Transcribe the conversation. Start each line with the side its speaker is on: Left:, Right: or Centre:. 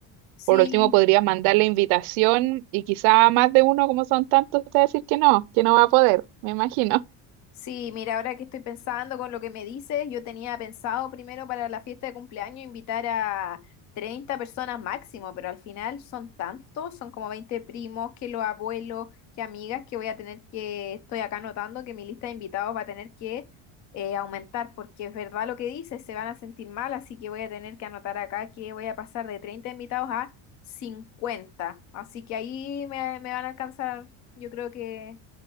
Left: sí,
Right: Por último, podrías mandar la invitación y quizá a más de uno, como son tantos, te va a decir que no, que no va a poder, me imagino.
Left: Sí, mira, ahora que estoy pensando con lo que me dices, yo tenía pensado primero para la fiesta de cumpleaños invitar a 30 personas máximo, pero al final son tantos, son como 20 primos, que los abuelos, que amigas, que voy a tener que, estoy acá notando que mi lista de invitados va a tener que eh, aumentar, porque es verdad lo que dices, se van a sentir mal, así que voy a tener que anotar acá que voy a pasar de 30 invitados a 50, así que ahí me, me van a alcanzar, yo creo que